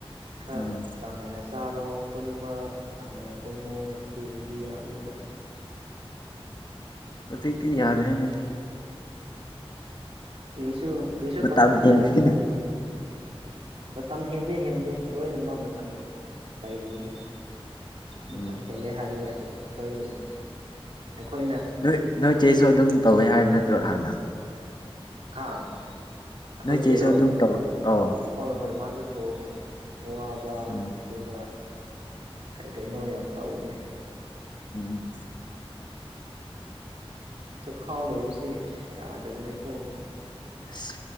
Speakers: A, on the right; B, on the left.
A: ꯈꯔ
B: ꯎꯝ
A: ꯆꯥꯡ ꯅꯥꯏꯅ ꯆꯥꯔꯣ ꯇꯨꯝꯕ ꯆꯥꯟꯅꯅ ꯇꯨꯝꯃꯣ ꯑꯗꯨ ꯑꯣꯏꯔꯗꯤ ꯌꯥꯔꯅꯤꯗ
B: ꯍꯧꯁꯤ ꯀ ꯌꯥꯗꯅꯦꯅꯤ
A: ꯀꯔꯤꯁꯨ ꯀꯔꯤꯁꯨ
B: ꯃꯇꯝ
A: ꯄꯥꯈꯠꯅꯤꯡꯉꯥꯏ
B: ꯍꯦꯟꯈꯤꯅꯤ
A: ꯂꯩꯇꯗ ꯃꯇꯝ ꯍꯦꯟꯗꯦ ꯍꯦꯟꯗꯦ ꯂꯣꯏꯅꯃꯛ ꯃꯇꯝ ꯂꯩꯔꯤꯕꯅꯤ ꯃꯇꯝꯇꯝ
B: ꯎꯝ
A: ꯍꯦꯜꯂꯦ ꯍꯥꯏꯕꯤꯗꯦ ꯑꯩꯈꯣꯏ ꯑꯩꯈꯣꯏꯅ
B: ꯅꯣꯏ ꯅꯣꯏ ꯆꯦꯁꯨ ꯑꯗꯨꯝ ꯇꯧꯋꯤ ꯍꯥꯏꯕ ꯅꯠꯇ꯭ꯔꯣ ꯍꯥꯟꯅ
A: ꯑꯥ ꯑꯩꯈꯣꯏ
B: ꯅꯣꯏ ꯆꯦꯁꯨ
A: ꯆꯦꯔꯣ
B: ꯑꯗꯨꯝ ꯇꯧ ꯑꯧ
A: ꯍꯣꯏ ꯍꯣꯏ ꯃꯥꯁꯨ ꯁꯣꯛ ꯍꯅꯤ ꯋꯥꯕ
B: ꯎꯝ
A: ꯑꯗꯨꯒ ꯀꯩ ꯀꯩꯅꯣ ꯌꯥꯝ ꯇꯧꯕꯅꯤ
B: ꯎꯝ
A: ꯆꯈꯥꯎ ꯂꯩꯕꯁꯦ ꯁꯤ ꯌꯥꯗꯕꯅꯦꯀꯣ
B: ꯑꯁ